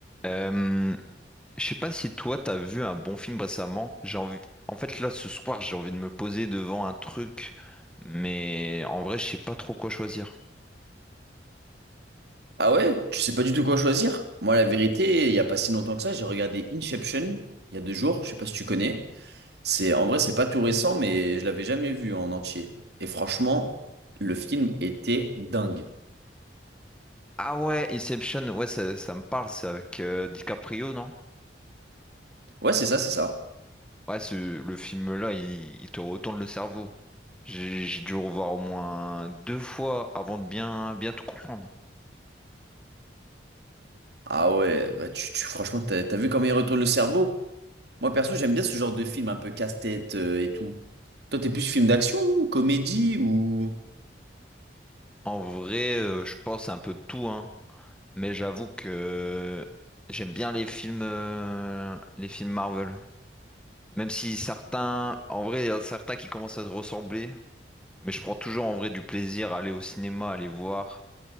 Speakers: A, in the centre; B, on the right.
A: Euh, je sais pas si toi t'as vu un bon film récemment. J'ai envie. En fait, là, ce soir, j'ai envie de me poser devant un truc, mais en vrai, je sais pas trop quoi choisir.
B: Ah ouais, tu sais pas du tout quoi choisir. Moi, la vérité, il y a pas si longtemps que ça, j'ai regardé Inception il y a deux jours. Je sais pas si tu connais. C'est en vrai, c'est pas tout récent, mais je l'avais jamais vu en entier. Et franchement, le film était dingue.
A: Ah ouais, Inception, ouais, ça, ça me parle, c'est avec euh, DiCaprio, non?
B: Ouais, c'est ça, c'est ça.
A: Ouais, ce, le film-là, il, il te retourne le cerveau. J'ai j'ai dû le revoir au moins deux fois avant de bien, bien tout comprendre.
B: Ah ouais, bah tu, tu- franchement, t'as, t'as vu comment il retourne le cerveau? Moi, perso, j'aime bien ce genre de film un peu casse-tête euh, et tout. Toi, t'es plus film d'action, comédie ou...
A: En vrai, euh, je pense un peu de tout, hein. Mais j'avoue que j'aime bien les films, euh, les films Marvel. Même si certains, en vrai, il y a certains qui commencent à se ressembler, mais je prends toujours en vrai du plaisir à aller au cinéma, à aller voir.